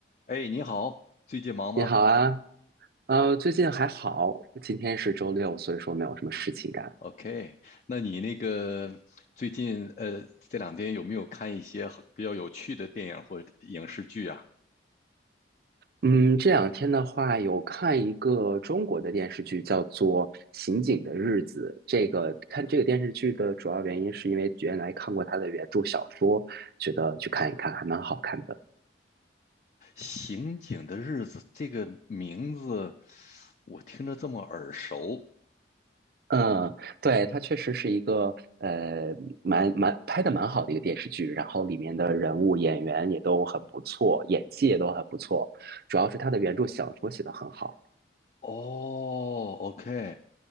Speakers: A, on the left; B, on the right.
A: 哎，你好，最近忙吗
B: 你好啊，呃，最近还好，今天是周六，所以说没有什么事情干。
A: ？OK，那你那个最近呃这两天有没有看一些很比较有趣的电影或者影视剧啊？
B: 嗯，这两天的话，有看一个中国的电视剧，叫做《刑警的日子》。这个看这个电视剧的主要原因，是因为原来看过他的原著小说，觉得去看一看，还蛮好看的。
A: 《刑警的日子》这个名字我听着这么耳熟
B: 嗯，对，它确实是一个呃，蛮蛮拍的蛮好的一个电视剧，然后里面的人物演员也都很不错，演技也都很不错，主要是他的原著小说写得很好。
A: 哦，OK，